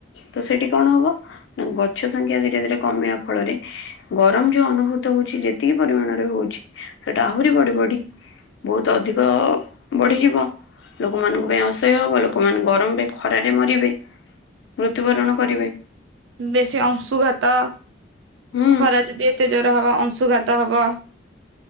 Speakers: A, on the left; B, on the right.
A: ତ ସେଠି କଣ ହବ ନା ଗଛ ସଂଖ୍ୟା ଧୀରେ ଧୀରେ କମିବା ଫଳରେ ଗରମ ଯୋଉ ଅନୁଭୂତ ହଉଛି ଯେତିକି ପରିମାଣରେ ହଉଛି ସେଟା ଆହୁରି ବଢି ବଢି ବହୁତ ଅଧିକ ବଢିଯିବ ଲୋକମାନଙ୍କ ପାଇଁ ଅସହ୍ୟ ହବ ଲୋକମାନେ ଗରମରେ ଖରାରେ ମରିବେ ମୃତ୍ୟୁବରଣ କରିବେ।
B: ବେଶୀ ଅଂଶୁଘାତ
A: ହୁଁ
B: ଖରା ଯଦି। ଏତେ ଜୋର ହବ ଅଂଶୁଘାତ ହବ।